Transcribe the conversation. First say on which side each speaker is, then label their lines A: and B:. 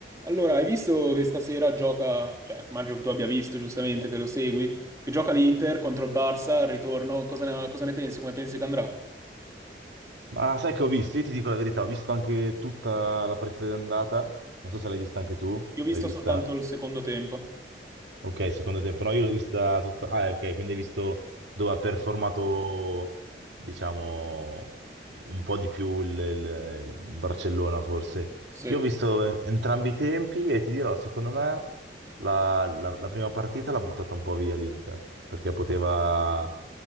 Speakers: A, on the right (about 20°); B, on the right (about 85°).
A: Allora, hai visto che stasera gioca, cioè, immagino che tu abbia visto giustamente che lo segui, che gioca l'Inter contro il Barça al ritorno, cosa ne, cosa ne pensi? Come pensi che andrà?
B: Ma sai che ho visto? Io ti dico la verità, ho visto anche tutta la partita d'andata. Non so se l'hai vista anche tu.
A: Io ho visto
B: L'hai vista?
A: soltanto il secondo tempo.
B: Ok, secondo tempo. No, io l'ho vista tutta... Ah, ok, quindi hai visto dove ha performato, diciamo, un po' di più il, il- il Barcellona, forse.
A: Sì.
B: Io ho visto en- entrambi i tempi e ti dirò, secondo me, la, la- la prima partita l'ha buttata un po' via l'Inter, perché poteva,